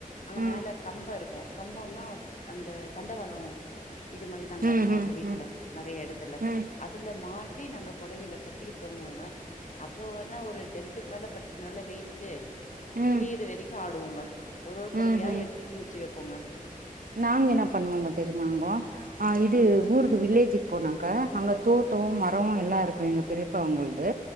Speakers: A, on the left (about 55°); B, on the right (about 75°).
A: அங்க
B: ம்
A: மேல கம்பருக்கு கம்போன்னா அந்த தண்டவாளோ இது மாதிரிதாங்கருக்குகோ
B: ம் ம்
A: அந்த வீட்ல
B: ம்
A: நெறைய எடத்துல
B: ம்
A: அதுல மாட்டி நாங்க பொட வில கட்டிக் தெங்குவோங்க அப்போவ நா ஒரு டென்துக்கு மேல படிச்சதுனால்ல வெயிட்டுக்கு
B: ம்
A: கிலிற
B: ம்
A: வெரிக்கு ஆடுவோங்க ஒரு ஒரு பொடவையா
B: ம் ம்
A: எடுத்து கிலிச்சி வெப்போங்க
B: நாங்க என்ன பண்ணுவோங்க தெரியுமாங்கோ அ இது
A: ம்
B: ஊருக்கு வில்லேஜு போனாக்கா அங்க தோட்டோ மரம் எல்லாருக்கோ எங்க பெரியப்பாங்குள்து